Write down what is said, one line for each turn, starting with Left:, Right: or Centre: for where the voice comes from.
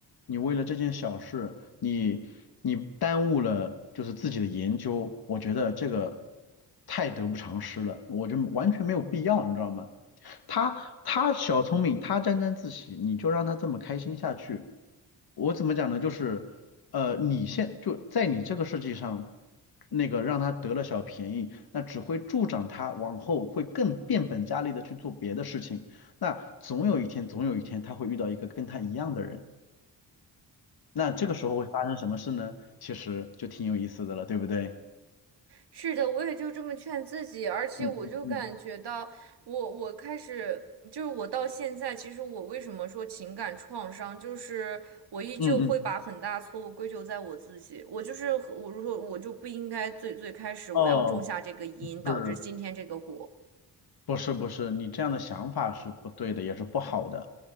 Left: 你为了这件小事，你你耽误了就是自己的研究，我觉得这个太得不偿失了，我就完全没有必要，你知道吗？他他小聪明，他沾沾自喜，你就让他这么开心下去，我怎么讲呢？就是，呃，你现就在你这个世界上，那个让他得了小便宜，那只会助长他往后会更变本加厉的去做别的事情。那总有一天，总有一天他会遇到一个跟他一样的人。那这个时候会发生什么事呢？其实就挺有意思的了，对不对？
Right: 是的，我也就这么劝自己，而且我就感觉到我，
Left: 嗯嗯嗯
Right: 我开始就是我到现在，其实我为什么说情感创伤，就是我依旧会把很大错误归咎在我自己，
Left: 嗯嗯，
Right: 我就是我如果我就不应该最最开始我要种下这个因，
Left: 哦，
Right: 导致今天这个果。
Left: 是。不是不是，你这样的想法是不对的，也是不好的。